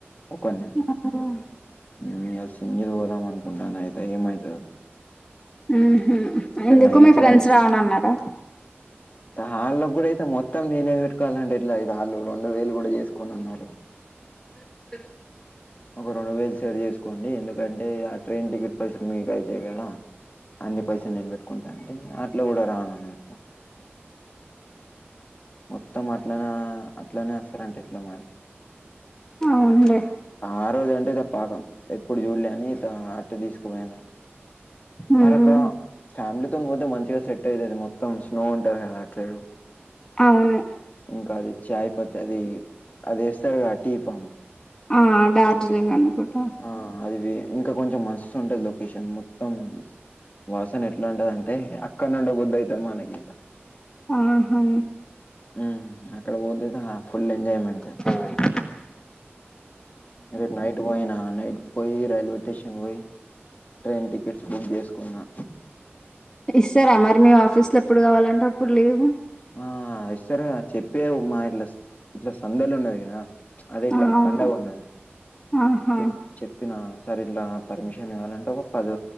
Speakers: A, on the left; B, on the left.
A: ఒకన్నే
B: ఒక్కడే
A: ఉమ్మ్ ఇయాళా సింగిల్ పోదాం అనుకుంటాన అయితే ఏమయితదో
B: మ్మ్ఉహ్మ్ ఎందుకు
A: నైట్
B: మీ ఫ్రెండ్స్ రానన్నారా
A: త అళ్ళకి కూడా అయితే మొత్తం నేనే పెట్టుకోవాలంటే ఎట్లా ఇతే అళ్ళు రెండు వేలు కూడా చేసుకోను అన్నారు
B: <inaudible>
A: ఒక రెండు వేలు సెట్ చేసుకోండి ఎందుకంటే ఇగ ట్రైన్ టికెట్ పైసలు మీకే అయితయి కదా అన్ని పైసలు నేను పెట్టుకుంటా అంటే అట్ల కూడా రాను అన్నారు మొత్తం అట్లనే అట్లనే అస్తారంటే ఎట్లా మరి
B: అవున్లే
A: ఆ రోజంటే ఇగ పాకం ఎప్పుడు చూడ్లే అని త అట్టు తీసుకుపోయినా
B: ఉమ్
A: మరి అక్కడ ఫ్యామిలీతోని పోతే మంచిగా సెట్ అయితది మొత్తం స్నో ఉంటది కదా అటు సైడ్
B: అవును
A: ఇంకా అది చాయ్ పత్ అది అది ఏస్తారు కదా టీ ఫామ్
B: ఆ డార్జిలింగ్ అనుకుంటా
A: ఆ అది వే ఇంకా కొంచెం మస్తుంటది లొకేషన్ మొత్తం వాసనేట్లా ఉండదంటే అక్కడ్నే ఉండ బుద్దయితది మనకి
B: ఆహా
A: మ్ అక్కడ పోతే అయితే హా ఫుల్ ఎంజాయ్మెంట్
B: మనక్
A: రేపు నైట్ ట్ పోయినా నైట్ పోయి రైల్వే స్టేషన్ పోయి ట్రైన్ టికెట్స్ బుక్ చేసుకున్నా
B: ఇస్తారా మరి మీ ఆఫీస్ లో ఎప్పుడు కావాలంటే అప్పుడు లీవ్
A: ఆ ఇస్తారరు కదా చెప్పే మా ఇట్లా ఇట్లా సందలు ఉన్నది కదా అదే ఇట్లా
B: అవును
A: పండగున్నది
B: ఆహా
A: చెప్ చెప్పినా సర్ ఇట్లా పర్మిషన్ ఇవ్వాలంటే ఒక పద్